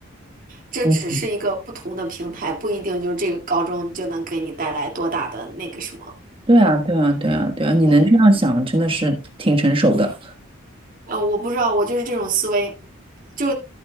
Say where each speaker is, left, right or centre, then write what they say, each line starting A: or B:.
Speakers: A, on the right; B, on the right.
A: 这只是一个不同的平台，
B: 嗯。
A: 不一定就是这个高中就能给你带来多大的那个什么。
B: 对啊，对啊，对啊，对啊，你能这样想，
A: 对
B: 真的是挺成熟的。
A: 嗯，我不知道，我就是这种思维，就